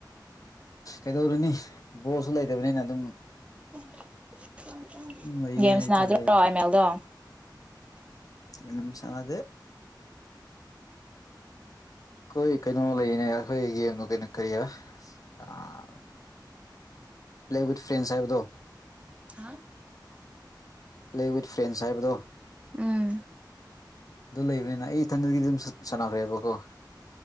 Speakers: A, on the left; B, on the right.
A: ꯀꯩꯗꯧꯔꯨꯅꯤ ꯕꯣꯜꯁꯨ ꯂꯩꯇꯕꯅꯤꯅ ꯑꯗꯨꯝ
B: <unintelligible>
A: ꯂꯩꯌꯦ
B: ꯒꯦꯝ
A: ꯍꯥꯏꯇꯥꯔꯦ
B: ꯁꯥꯟꯅꯁꯤꯔ‌ꯣ ꯑ‌ꯦꯝꯃꯦꯜꯗꯣ
A: ꯒꯦꯝ ꯁꯥꯟꯅꯗꯦ ꯑꯩꯈꯣꯏ ꯀꯩꯅꯣ ꯂꯩꯅꯦ ꯑꯩꯈꯣꯏꯒꯤ ꯒꯦꯝꯗꯣ ꯀꯩꯅꯣ ꯀꯔꯤꯕ ꯑꯥ ꯄ꯭ꯂꯦ ꯋꯤꯠ ꯐ꯭ꯔꯦꯟꯁ ꯍꯥꯏꯕꯗꯣ
B: ꯍꯥ
A: ꯄ꯭ꯂꯦ ꯋꯤꯠ ꯐ꯭ꯔꯦꯟꯁ ꯍꯥꯏꯕꯗꯣ
B: ꯎꯝ
A: ꯑꯗꯨ ꯂꯩꯕꯅꯤꯅ ꯑꯩ ꯏꯊꯟꯗꯒꯤꯗꯤ ꯑꯗꯨꯝ ꯁ ꯁꯥꯟꯅꯈ꯭ꯔꯦꯕꯀꯣ